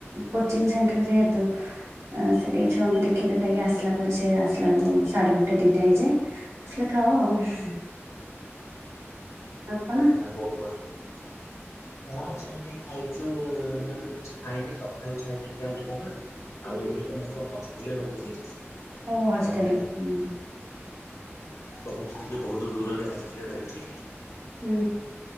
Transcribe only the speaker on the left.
ଆଚ୍ଛା ବହୁତ୍ ବଢିଆ କଣ ସେମିତି ଖାଇଛୁ ମୁଁ ତ କିଛି ଖାଇନି ସକାଳୁ ଖାଇଥିଲି ଯା ଉପମା ଆଉ ଏବେ ତ ମୁଁ ତ ହସ ଷ୍ଟେଲ୍ ରେ ରହୁଛି।
ଆଉ
ରହୁଛି ଟିକେ ବହୁତ୍ ଦୂରରେ ହଷ୍ଟେଲ ରେ ରହୁଛି।